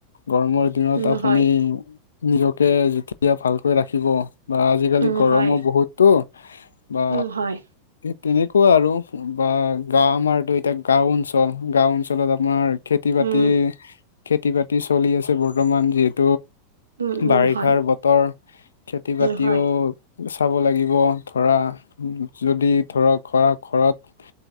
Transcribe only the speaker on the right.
উম
হয়
উম
হয়
উম হয়
উম
উম
উম হয়
উম হয়